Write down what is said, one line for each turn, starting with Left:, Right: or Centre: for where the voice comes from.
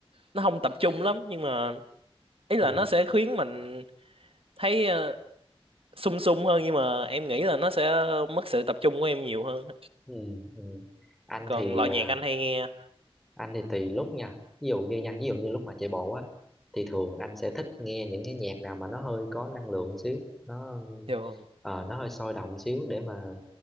Right: nó không tập trung lắm nhưng mà ý là
Centre: ừ,
Right: nó sẽ khiến mình thấy ờ, sung sung hơn nhưng mà em nghĩ là nó sẽ mất sự tập trung của em nhiều hơn
Centre: ừ, ừ. anh
Right: còn
Centre: thì
Right: loại
Centre: à,
Right: nhạc anh hay nghe
Centre: anh thì tùy lúc nha ví dụ như nha ví dụ như lúc mà chạy bộ á thì thường anh sẽ thích nghe những cái nhạc nào mà nó hơi có năng lượng xíu nó
Right: dạ vâng
Centre: ờ, nó hơi sôi động xíu để mà